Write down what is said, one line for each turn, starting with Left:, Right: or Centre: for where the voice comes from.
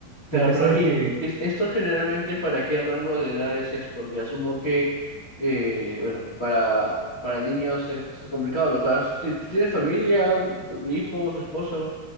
Left: Claro,
Right: Tú empiezas
Left: pero
Right: a
Left: ¿y
Right: describir.
Left: es- esto generalmente para qué rango de edades es? Porque asumo que, eh, bueno, para, para niños es complicado, lo juegas, ti- ¿tienes familia, hijos, esposo?